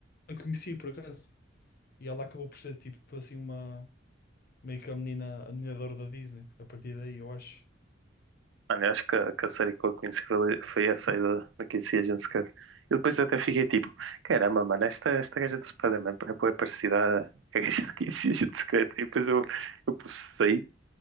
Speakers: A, on the left; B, on the right.
A: a conheci por acaso. E ela acabou por ser tipo assim uma meio que a menina, a menina de ouro da Disney a partir daí, eu acho.
B: Mano, eu acho que a, que a série que eu conheci foi, foi essa aí da, da Casey Agents Cut. E depois até fiquei tipo, caramba, mano, esta, esta gaja do Spider-Man é bué parecida à à gaja da Casey Agents Cut. E depois eu, eu processei